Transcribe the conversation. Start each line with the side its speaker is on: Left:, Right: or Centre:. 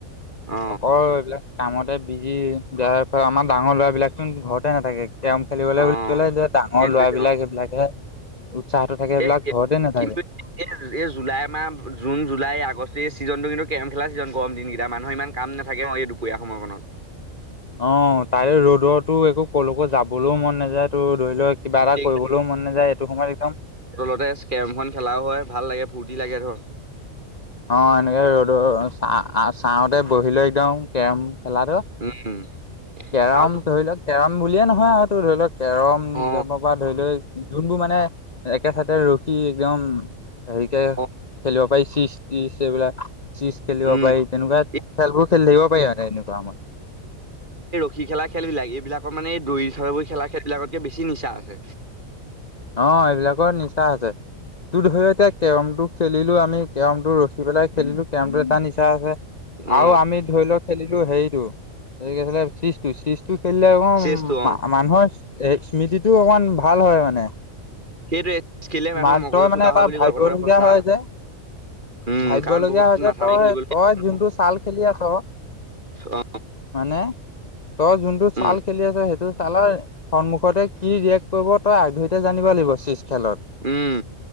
Right: অ,
Left: অকল এইবিলাক কামতে বিজি দাৰ আমাৰ ডাঙৰ ল'ৰাবলাকচোন ঘৰতে নাথাকে। কেৰম খেলিবলৈ
Right: অ,
Left: বুলি ক'লে, এ ডাঙৰ
Right: সেইটোৱে
Left: লৰাবিলাক
Right: অ,
Left: সেইবিলাক হে। উৎসাহটো থাকে,
Right: সেই
Left: সেবিলাক ঘৰতে নাথাকে।
Right: কিন্তু এই জুলাই মাহ জুন, জুলাই, আগষ্ট, এই চিজন টো কিন্তু কেৰম খেলা ছিজন গৰম দিনকেইটা মানুহে ইমান কাম নাথাকে অ, এই দুপৰীয়া সময় কনত।
Left: অ', তাৰে ৰ'দৰটো একো কলৈকো যাব বলেও মন নাযায় ত' ধৰি ল' কিবা
Right: গোটেই
Left: এটা কৰিবলৈও মন নাযায় এইটো সময়ত একদম
Right: তলতে স্কেমখন খেলাও হয় ভাল লাগে ফূৰ্তি লাগে ধৰ।
Left: অ', এনেকে ৰ'দ চাওঁতে বহি লৈ একদম কেৰম খেলাটো
Right: উম,
Left: কেৰম
Right: আৰু তো
Left: ধৰি লওক কেৰম বুলিয়ে নহয় আৰু তোৰ ধৰি ল' কেৰম
Right: অ
Left: পৰা ধৰি লই যোনবোৰ মানে একে চাতে ৰখি একদম হেৰিকে
Right: অ
Left: খেলিব পাৰি চিচ তিচ এইবিলাক। চিজ খেলিব
Right: উম
Left: পাৰি তেনেকুৱা
Right: এই
Left: খেলবোৰ খেলি থাকিব পাৰি মানে এনেকুৱা সময়ত।
Right: কি খেলা খেল বিলাক এইবিলাকৰ মানে এই দৰি চৰব খেলা খেল বিলাকতকে বেছি নিচা আছে।
Left: অ', এইবিলাকৰ নিচা আছে, তোৰ ধৰি ল' এতিয়া কেৰমটো খেলিলো আমি কেৰমটো উঠি পেলাই খেলিলেও কেৰমটো এটা নিচা আছে
Right: অ
Left: আৰু আমি ধৰি লও খেলিলো হেৰিতটো চিজটো, চিজটো খেলিলে অকৌ
Right: চেচটো অ
Left: মানুহৰ এই স্মৃতিটো অকণমান ভাল হয় মানে শ
Right: সেইটোৱে চেচ খেলিলে মানুহৰ
Left: মান
Right: মগজু
Left: তই মানে
Right: চোকা
Left: এটা
Right: হয় বুলি
Left: ভাবিবলগীয়া
Right: কয় কথাটো সঁচা
Left: হয় যে
Right: উম
Left: ভাবিবলগীয়া
Right: কাৰণ বহুত
Left: হয় যে
Right: মাথা
Left: তই
Right: মাৰি খেলিবলগীয়া
Left: তই যোনটো
Right: হয়।
Left: ছাল খেলি আছ
Right: অ
Left: মানে তই যোনটো ছাল
Right: উম
Left: খেলি আছ সেইটো ছালৰ সন্মুখতে কি ৰিয়েক্ট কৰিব তই আগ জানিব লাগিব চিচ খেলত।
Right: উম